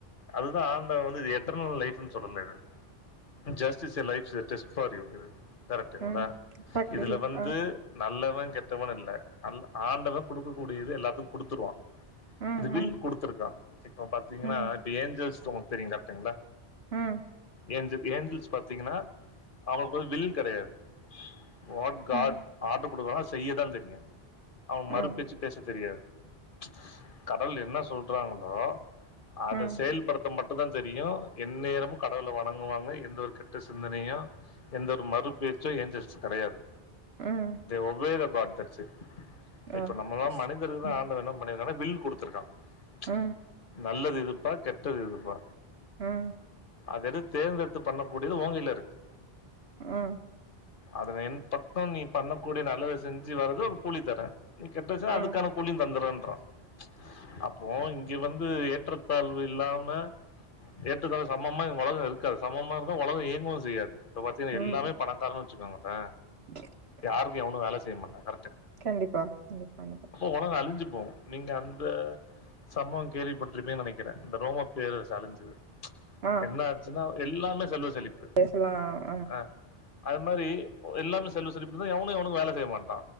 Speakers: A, on the left; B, on the right.
A: அதுதா ஆண்டவ வந்து இது எத்தன பேர்ரோட லைஃப்னு சொல்லல இது just is a life test for you இது கரெக்டுங்களா
B: ம் ப்ராக்டிகல்
A: இதுல வந்து
B: ஆ
A: நல்லவ கெட்டவன்னு இல்ல ஆண்டவ குடுக்க கூடியது எல்லாத்துக்கு குடுத்துருவா
B: ம்
A: இது வில்
B: ம்
A: குடுத்துருக்கா இப்ப பாத்தீங்கன்னா
B: ம்
A: இப்ப ஏஞ்சல்ஸ் உங்களுக்கு தெரியு கரெக்டுங்களா
B: ம்
A: ஏஞ்சல் ஏஞ்சல்ஸ் பாத்தீங்கன்னா அவங்களுக்கு வில் கெடையாது வாட் காட்
B: ம்
A: ஆர்டர் கொடுக்கறனா செய்யதா தெரியு அவ மறுப்பேச்சு
B: ஆ
A: பேச தெரியாது ச் கடவுள் என்ன சொல்றாங்களோ அத
B: ம்
A: செயல்படுத் மட்டு தா தெரியு என் நேரமு கடவுள வணங்குவாங்க எந்த ஒரு கெட்ட சி சிந்தனையு எந்தொரு மறு பேச்சு ஏஞ்சல்ஸ் கு கெடையாது
B: ம்
A: ஒவ காட தச்சு
B: ஆ
A: இப்ப நம்மலா
B: எஸ்
A: மனி இருக்கு
B: ம்
A: ஆண்டவ என்ன பண்ணியிருக்கானா வில் கொடுத்துருக்கா ச்
B: ம்
A: நல்லது எது பா கெட்டது இது பா
B: ம்
A: அதது தேர்ந்தெடுத்து பண்ணக் கூடிய ஓலைல இருக்கு
B: ம்
A: அதனை என் பக்கம் நீ பண்ணக்கூடிய நல்லத செஞ்சு வரது ஒரு கூலி தரே நீ கெட்டச்சுன்னா
B: ம்
A: அதுக்கான கூழியு தந்துறன்றா ச் அப்போ இங்க வந்து ஏற்றத்தாழ்வு இல்லாம ஏட்டுக்கலம் சமமா உலகோ இருக்காது சமமா இருந்தா உலகோ இயங்கு தெரியாது இப்ப பாத்தீங்கன்னா
B: ம்
A: எல்லாமே பணக்காரன்னு வச்சுக்கோங்களே
B: <inaudible>
A: யாருக்கு யவனு வேல செய்ய மாட்டா க
B: கண்டிப்பா கண்டிப்பா க
A: உலகோ அழிஞ்சுப்போகு நீங்க அந்த சம்பவோ கேள்விப்பட்டிருப்பேன்னு நெனைக்கிறே இந்த ரோம பேர் அழிஞ்சது ச்
B: ஆ
A: என்ன ஆச்சுன்னா எல்லாமே செல்வ செழிப்பு
B: அலோ
A: அ அது மாதிரி எல்லாமே செல்வ செழிப்புதா எவனு எவனுக்கு வேல செய்ய மாட்டா